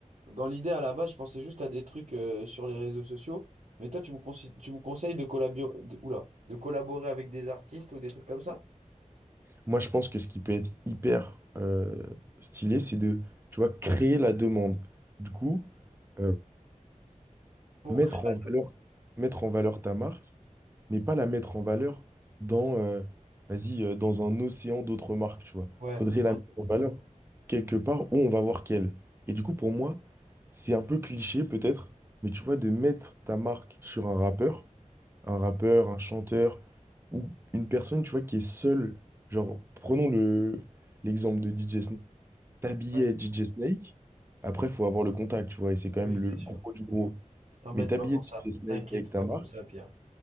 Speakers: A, on the right; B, on the right.
A: dans l'idée à la base, je pensais juste à des trucs euh, sur les réseaux sociaux, mais toi tu me, consi- tu me conseilles de, collabio- de, oula, de collaborer avec des artistes ou des trucs comme ça?
B: Moi, je pense que ce qui peut être hyper euh, stylé, c'est de, tu vois, créer la demande. Du coup, euh,
A: Pour
B: mettre
A: créer
B: en valeur,
A: la...
B: mettre en valeur ta marque mais pas la mettre en valeur dans, euh, vas-y, euh, dans un océan d'autres marques, tu vois.
A: Ouais,
B: Faudrait
A: ou...
B: la mettre en valeur quelque part où on va voir qu'elle. Et du coup, pour moi, c'est un peu cliché peut-être, mais tu vois, de mettre ta marque sur un rappeur, un rappeur, un chanteur, ou une personne, tu vois, qui est seule. Genre, prenons le, l'exemple de DJ Snake. T'habillais
A: ouais.
B: DJ Snake, après, faut avoir le contact, tu vois, et c'est quand
A: Oui,
B: même le
A: bien sûr.
B: gros du gros.
A: T'embête
B: Mais t'habillais
A: pas pour
B: DJ
A: ça.
B: Snake
A: T'inquiète
B: avec ta
A: pas
B: marque,
A: pour ça, Pierre.